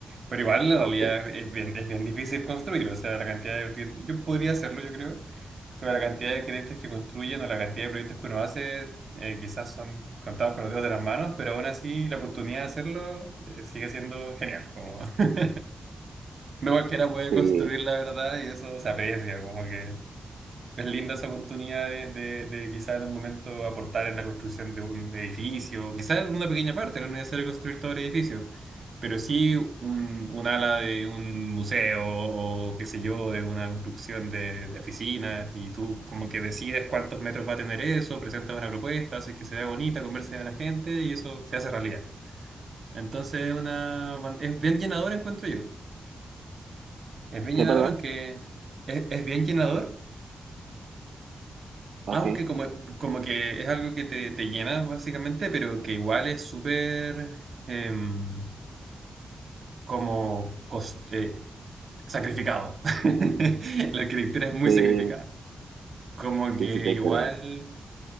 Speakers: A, on the right; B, on the right.
A: Pero igual la
B: ok.
A: realidad es bien, es bien difícil construir, o sea, la cantidad de... cre- Yo podría hacerlo, yo creo, pero la cantidad de créditos que construyen o la cantidad de proyectos que uno hace eh, quizás son contados con los dedos de las manos, pero aún así la oportunidad de hacerlo eh, sigue siendo genial, como <laughs> no cualquiera puede
B: Sí.
A: construir la verdad y eso se aprecia, como que... Es linda esa oportunidad de, de, de quizás en un momento aportar en la construcción de un edificio, quizás en una pequeña parte, no es necesario construir todo el edificio, pero sí un, un ala de un museo o qué sé yo, de una construcción de, de oficinas y tú como que decides cuántos metros va a tener eso, presentas una propuesta, haces que se vea bonita, converses a la gente y eso se hace realidad. Entonces es una, es bien llenador encuentro yo. Es bien
B: ¿Qué,
A: llenador
B: perdón?
A: aunque es, es bien llenador
B: okay
A: Aunque como, como que es algo que te, te llena básicamente, pero que igual es súper em, como cos- eh, sacrificado. <laughs> La arquitectura es muy
B: Sí,
A: sacrificada. Como que
B: sí, sí te
A: igual...
B: creo.